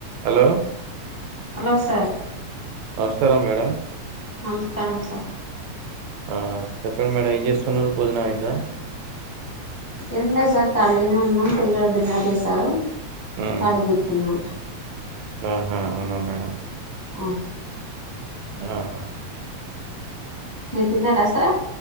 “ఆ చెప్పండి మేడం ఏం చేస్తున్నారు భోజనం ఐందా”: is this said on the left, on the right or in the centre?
Right